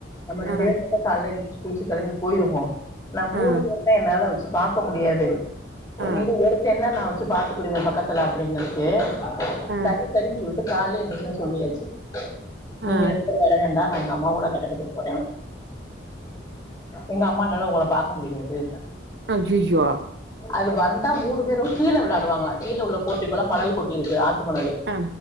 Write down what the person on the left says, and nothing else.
நம்ம ரெண்டு
பேர் மட்டு காலைல எழுந்ருச்சு குளிச்ச கெளம்பி போயிருவோ நா மூணு
பேர்மே என்னால வச்சு பா க்க முடியாது
நீங்க ஒருத்தேனா நா வச்சு பாத்துக்குடுவே பக்கத்துல அப்டின்னுச்சு
சரி சரின்னு சொல்லிட்டு காலைலயே எந்திரிச்சதும் சொல்லியாச்சு நீங்க
ரெண்டு பேரும் வர வேண்டாம் நாங்க அம்மா கூட கட்டடடுத்துக்கு போறேன் உங்க அம்மானால உங்கள பார்க்க முடியாது
அது வந்தா மூணு பேரும் கீழ விளையாடுவாங்களா கீழே உள்ள போர்ட்டிக்கோள மணல் கொட்டி இருக்கு ஆத்துமணலு